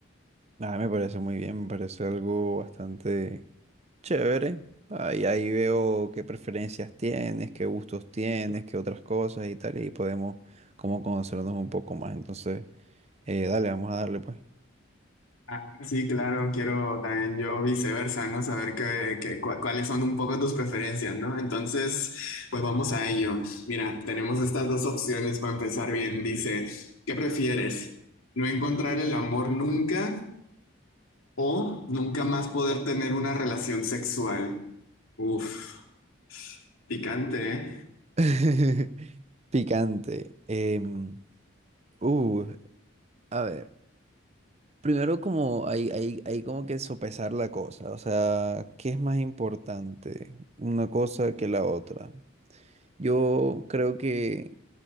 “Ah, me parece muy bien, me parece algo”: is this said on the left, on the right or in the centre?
Right